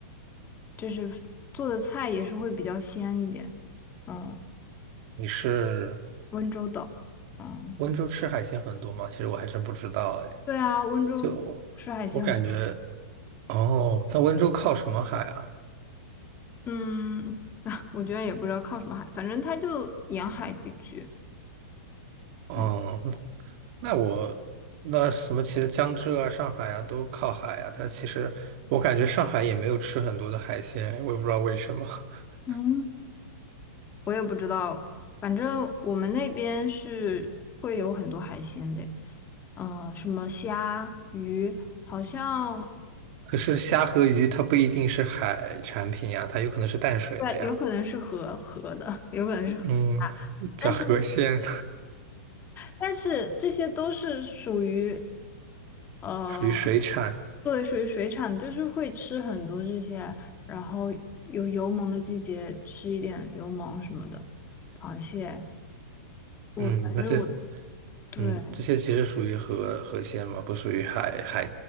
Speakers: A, on the left; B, on the right.
A: 就是做的菜也是会比较鲜一点。嗯，
B: 你是？
A: 温州的，嗯，
B: 温州吃海鲜很多吗？其实我还真不知道哎。
A: 对啊，温州吃海鲜很，
B: 就我感觉，哦，那温州靠什么海啊？
A: 嗯，我觉得也不知道靠什么海，反正它就沿海地区。
B: 嗯，
A: 嗯
B: 那那我那什么，其实江浙啊、上海啊都靠海啊，但其实我感觉上海也没有吃很多的海鲜，我也不知道为什么。<laughs>
A: 嗯，我也不知道，反正我们那边是会有很多海鲜的，嗯、什么虾、鱼，好像
B: 可是虾和鱼它不一定是海产品呀，它有可能是淡水的呀。
A: 对，有可能是河河的，有可能是河虾，
B: 嗯，叫河鲜，
A: 但是。但是这些都是属于
B: <laughs>
A: 呃，
B: 属于水产。
A: 对，属于水产，就是会吃很多这些，然后有油蒙的季节吃一点油蒙什么的，螃蟹，我反正我
B: 嗯，那这
A: 对，
B: 嗯，这些其实属于河河鲜嘛，不属于海海，